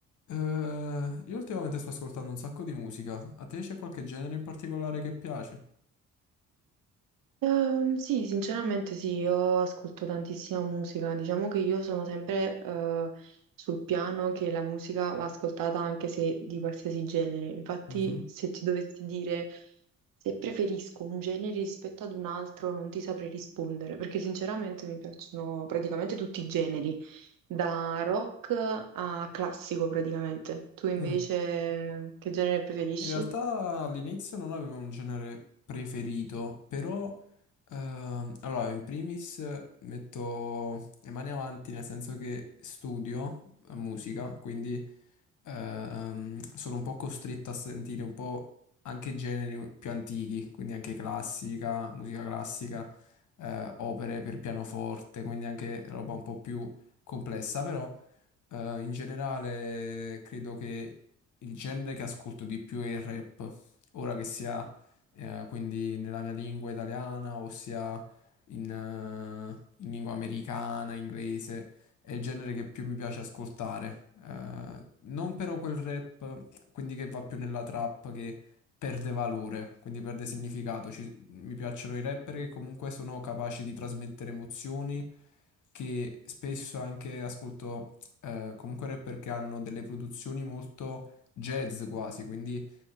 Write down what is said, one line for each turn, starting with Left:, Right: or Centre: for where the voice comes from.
Left: Eh, io ultimamente sto ascoltando un sacco di musica. A te c'è qualche genere in particolare che piace?
Right: Ehm, sì, sinceramente sì, io ascolto tantissima musica, diciamo che io sono sempre eh, sul piano che la musica va ascoltata anche se di qualsiasi genere, infatti
Left: Mhm.
Right: se ti dovessi dire se preferisco un genere rispetto ad un altro non ti saprei rispondere, perché sinceramente mi piacciono praticamente tutti i generi, da rock a classico praticamente. Tu invece
Left: Mm.
Right: che genere preferisci?
Left: In realtà all'inizio non avevo un genere preferito, però ehm, allora in primis eh, metto le mani avanti nel senso che studio eh, musica, quindi ehm, sono un po' costretto a sentire un po' anche generi più antichi, quindi anche classica, musica classica, eh, opere per pianoforte, quindi anche roba un po' più complessa, però eh, in generale credo che il genere che ascolto di più è il rap, ora che sia eh, quindi nella mia lingua italiana o sia in, eh, in lingua americana, inglese. È il genere che più mi piace ascoltare. Eh, non però quel rap, quindi che va più nella trap, che perde valore, quindi perde significato. Ci- mi piacciono i rapper che comunque sono capaci di trasmettere emozioni, che spesso anche ascolto eh, comunque rapper che hanno delle produzioni molto jazz quasi, quindi